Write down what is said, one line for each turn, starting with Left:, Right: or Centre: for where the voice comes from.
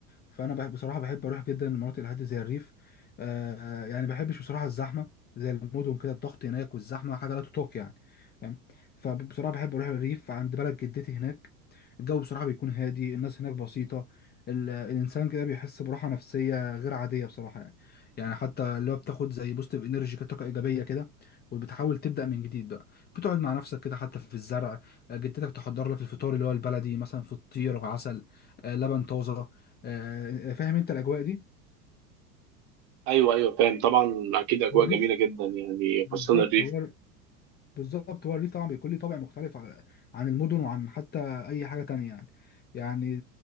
Left: فانا بح- بصراحه بحب اروح جدا المناطق الهاديه زي الريف آه آه، يعني ما بحبش بصراحه الزحمه زي المدن كده الضغط هناك والزحمه حاجه لا تطاق يعني فاهم فبصراحه بحب اروح الريف عند بلد جدتي هناك الجو بصراحه بيكون هادي الناس هناك بسيطه ال- الانسان كده بيحس براحه نفسيه غير عاديه بصراحه يعني يعني حتى اللي هو بتاخد زي بوستيف انرجي كده طاقه ايجابيه كده وبتحاول تبدا من جديد بقى بتقعد مع نفسك كده حتى في الزرع آه، جدتك تحضر لك الفطار اللي هو البلدي مثلا فطير وعسل آه، لبن طازه آه، آه، فاهم انت الاجواء دي
Right: ايوه ايوه فاهم طبعا اكيد اجواء
Left: والريف
Right: جميله جدا يعني
Left: بالظبط
Right: خاصه الريف
Left: هو بالظبط هو الريف طبعا بيكون ليه طابع مختلف ع- عن المدن وعن حتى اي حاجه تانية يعني يعني